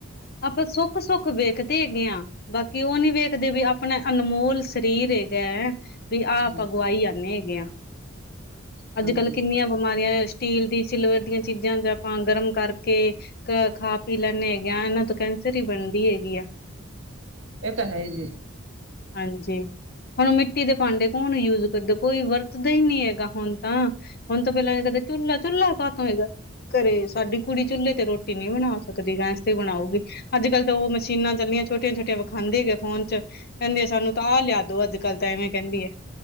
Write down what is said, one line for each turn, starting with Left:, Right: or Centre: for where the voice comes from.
Left: ਆਪਾ ਸੁੱਖ-ਸੁੱਖ ਵੇਖਦੇ ਹੇਗੇ ਆਂ, ਬਾਕੀ ਉਹ ਨੀ ਵੇਖਦੇ ਵੀ ਆਪਣਾ ਅਨਮੋਲ ਸਰੀਰ ਹੇਗਾ ਵੀ ਆਹ ਆਪਾ
Right: ਹਾਂ
Left: ਗਵਾਈ ਜਾਂਨੇ ਹੇਗੇ ਆ,
Right: ਹਾਂਜੀ
Left: ਅੱਜ-ਕੱਲ ਕਿੰਨੀਆਂ ਬਿਮਾਰੀਆਂ ਸਟੀਲ ਦੀ, ਸਿਲਵਰ ਦੀਆਂ ਚੀਜ਼ਾਂ'ਚ ਆਪਾਂ ਗਰਮ ਕਰਕੇ ਅ, ਖਾ-ਪੀ ਲੈਂਨੇ ਹੈਗੇ ਆਂ ਇਹ ਨਾਲ ਤ ਕੈਂਸਰ ਹੀ ਬਣਦੀ ਹੇਗੀ ਆ।
Right: ਇਹ ਤਾ ਹੈਈ ਜੀ।
Left: ਹਾਂਜੀ। ਹੁਣ ਮਿੱਟੀ ਦੇ ਭਾਂਡੇ ਕੌਣ ਯੂਜ ਕਰਦਾ, ਕੋਈ ਵਰਤਦਾ ਹੀ ਨਹੀ‌ ਹੇਗਾ ਹੁਣ ਤਾਂ। ਹੁਣ ਤੋਂ ਪਹਿਲਾਂ ਕਦੇ, ਚੁੱਲਾ, ਚੁੱਲਾ ਕਾ ਤੋ‌ ਹੋਏਗਾ, ਘਰੇ ਸਾਡੀ ਕੁੜੀ ਚੁੱਲੇੇ ਤੇ ਰੋਟੀ ਨਹੀਂ ਬਣਾ ਸਕਦੀ। ਗੈਂਸ ਤੇ ਬਣਾਊਗੀ। ਅੱਜ-ਕੱਲ ਤਾਂ ਉਹ ਮਸ਼ੀਨਾਂ ਚੱਲੀਆਂ ਛੋਟੀਆਂ-ਛੋਟੀਆਂ ਵਿਖਾਂਦੇ ਹੈਗੇ ਆ ਫੋਨ'ਚ। ਕਹਿੰਦੀ ਆ ਸਾਨੂੰ ਤਾਂ ਆ ਲਿਆਦੋ ਅੱਜ-ਕੱਲ ਤੇ ਐਂਵੇਂ ਕਹਿੰਦੀ ਏ,